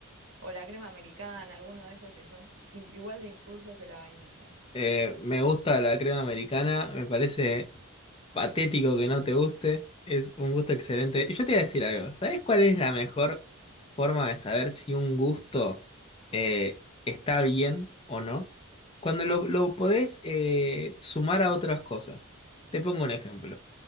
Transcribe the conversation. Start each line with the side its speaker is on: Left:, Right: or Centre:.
Right: O la crema americana, alguno de esos que son in- igual de insulsos que la vainilla.
Left: Eh, me gusta la crema americana, me parece patético que no te guste, es un gusto excelente. Y yo te iba a decir algo, ¿sabes cuál es la mejor forma de saber si un gusto eh, está bien o no? Cuando lo, lo podés eh, sumar a otras cosas. Te pongo un ejemplo.